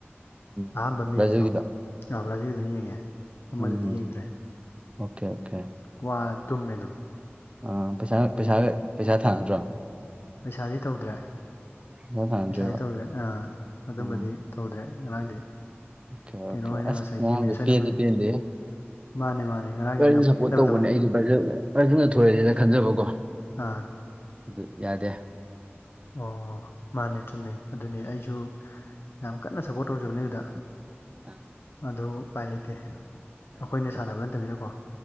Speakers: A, on the right; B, on the left.
A: ꯎꯝ
B: ꯑꯍꯥꯟꯕ ꯃꯦꯁꯇꯣ
A: ꯕ꯭ꯔꯥꯖꯤꯜꯒꯤꯗꯣ
B: ꯑꯕ꯭ꯔꯥꯖꯤ ꯑꯗꯨꯝ ꯌꯦꯡꯉꯦ ꯑꯃꯗꯨꯗꯤ
A: ꯎꯝ
B: ꯌꯦꯡꯗ꯭ꯔꯦ
A: ꯑꯣꯀꯦ ꯑꯣꯀꯦ
B: ꯋꯥꯔꯅ ꯇꯨꯝꯃꯦ ꯑꯗꯨꯝ
A: ꯑꯥ ꯄꯩꯁꯥꯒ
B: ꯑꯗꯒꯤ
A: ꯄꯩꯁꯥ ꯄꯩꯁꯥ ꯊꯥꯅꯗ꯭ꯔꯣ
B: ꯄꯩꯁꯥꯗꯤ ꯇꯧꯗ꯭ꯔꯦ
A: ꯄꯩꯁꯥ ꯊꯥꯅꯗ꯭ꯔꯦꯕ
B: ꯄꯩꯁꯥꯗꯤ ꯇꯧꯗ꯭ꯔꯦ ꯑꯥ ꯑꯗꯨꯝꯕꯗꯤ
A: ꯎꯝ
B: ꯇꯧꯗ꯭ꯔꯦ ꯉꯔꯥꯡꯗꯤ
A: ꯑꯣꯀꯦ
B: ꯀꯩꯅꯣ
A: ꯑꯣꯀꯦ
B: ꯑꯣꯏꯅ
A: ꯑꯁ
B: ꯉꯁꯥꯏꯒꯤ
A: ꯉꯔꯥꯡꯗꯤ
B: ꯃꯦꯠꯁ ꯑꯣꯏꯅ
A: ꯄꯦꯟꯗꯤ
B: ꯐꯅꯤ
A: ꯄꯦꯗꯦꯍꯦ
B: ꯃꯥꯅꯦ ꯃꯥꯅꯦ
A: ꯐꯖꯅ
B: ꯌꯥꯝ
A: ꯁꯞꯄꯣꯔꯠ
B: ꯄꯦꯟꯗꯕ
A: ꯇꯧꯕꯅꯦ
B: ꯊꯕꯛꯅꯦ
A: ꯑꯩꯗ ꯐ꯭ꯔꯖꯅ ꯊꯣꯏꯔꯦꯅ ꯈꯟꯖꯕ ꯀꯣ
B: ꯑꯥ
A: ꯑꯗꯨ ꯌꯥꯗꯦ
B: ꯑꯣ ꯃꯥꯅꯦ ꯆꯨꯝꯃꯦ ꯑꯗꯨꯅꯤ ꯑꯩꯁꯨ ꯌꯥꯝ ꯀꯟꯅ ꯁꯞꯄꯣꯔꯠ ꯇꯧꯖꯕꯅꯦ ꯑꯗꯨꯗ
A: ꯑꯥ
B: ꯑꯗꯨ ꯎꯄꯥꯏ ꯂꯩꯇꯦ
A: ꯎꯄꯥꯏ
B: ꯑꯈꯣꯏꯅ
A: ꯂꯩꯇꯦ
B: ꯁꯥꯟꯅꯕ ꯅꯠꯇꯃꯤꯅꯀꯣ